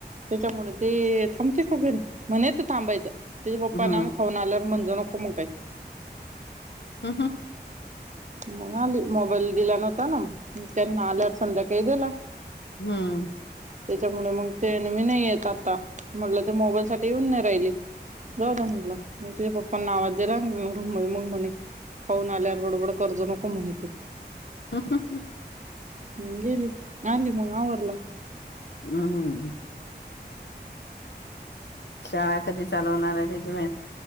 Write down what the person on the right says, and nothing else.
त्याच्यामुळं ते थांबते का घरी, म्हने ते थांबायचं तेचे पप्पा
आम्ही खाऊन आलं म्हणज नको मग काय.
मग आली मोबाईल दिला नव्हता ना. त्यांना आल्यावर संध्याकाळी दिला.
त्याच्यामुळे मग ते न मी नाही येत आता, म्हटलं ते मोबाईलसाठी येऊन नाही राहिली. जाऊदे म्हटलं मग तिच्या पप्पांना आवाज दिला रूमध्ये मग म्हणे खाऊन आल्यावर बडबड कर्ज नको म्हणे तू
मग गेली आली मग आवरल.